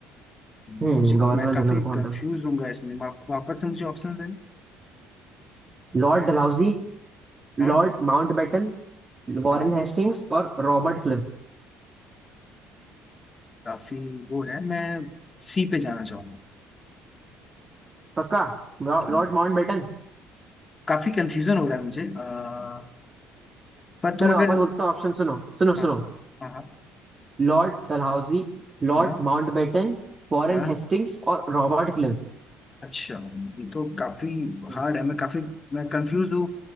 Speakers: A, on the left (about 30°); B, on the right (about 30°).
A: मुझे
B: हम्म गवर्नर
A: मैं काफी
B: जनरल कौन
A: कंफ्यूज
B: था
A: हूँगा इसमें आप वापस से मुझे ऑप्शन दें
B: Lord Dalhousie Lord
A: हाँ
B: Mountbatten Warren
A: हाँ
B: Hastings और रॉबर्ट क्लिव
A: काफी वो है मैं सी पे जाना चाहूंगा
B: पक्का लॉ-
A: हाँ
B: लॉर्ड माउंटबेटन
A: काफी कंफ्यूजन हो रहा है मुझे आ, पर तुम
B: चलो
A: अगर
B: वापस बोलता हूँ ऑप्शन सुनो सुनो
A: हाँ
B: सुनो
A: हाँ हाँ
B: Lord Dalhousie Lord
A: हाँ
B: Mountbatten Warren
A: हाँ, हाँ,
B: Hastings और रॉबर्ट क्लिव
A: अच्छा ये तो काफी
B: हम्म,
A: हार्ड है मैं काफी मैं कंफ्यूज हूँ